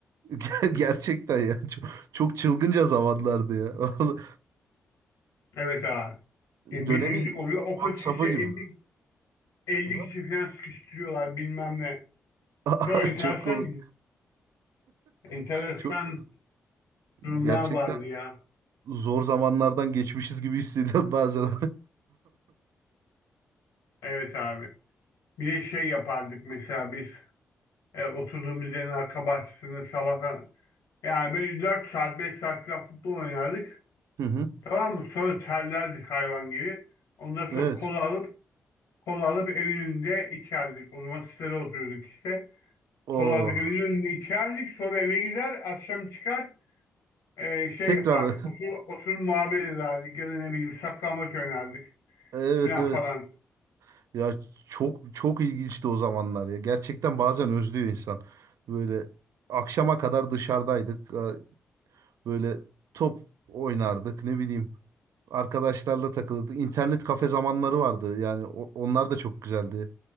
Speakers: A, on the right; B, on the left.
A: <laughs> Ger- gerçekten ya çok, çok çılgınca zamanlardı ya. <laughs> Vallahi
B: Evet abi. Yani
A: Dönemin
B: bir rezillik oluyor. Okul
A: WhatsApp'ı
B: çıkışı elli
A: gibi.
B: elli
A: Aha.
B: kişi falan sıkıştırıyorlar bilmem ne.
A: <laughs>
B: Çok enteresan
A: Çok komik.
B: Enteresan
A: Çok
B: durumlar
A: gerçekten
B: vardı ya.
A: zor zamanlardan geçmişiz gibi hissediyorum bazen. <laughs>
B: Evet abi. Bir de şey yapardık mesela biz e, oturduğumuz yerin arka bahçesinde sabah yani böyle 4 saat 5 saat falan futbol oynardık.
A: Hı hı.
B: Tamam mı? Sonra terlerdik hayvan gibi. Ondan sonra
A: Evet.
B: kola alıp kola alıp evin önünde içerdik. O zaman sitede oturuyorduk işte.
A: O
B: Kola alıp evin önünde içerdik. Sonra eve gider akşam çıkar e, şey
A: tekrar
B: yapardık. Otur, oturup muhabbet ederdik ya da ne bileyim saklambaç oynardık
A: <laughs> evet
B: filan
A: evet.
B: falan.
A: Ya çok çok ilginçti o zamanlar ya. Gerçekten bazen özlüyor insan. Böyle akşama kadar dışarıdaydık. Ee, Böyle top oynardık ne bileyim. Arkadaşlarla takılırdık. İnternet kafe zamanları vardı. Yani o- onlar da çok güzeldi.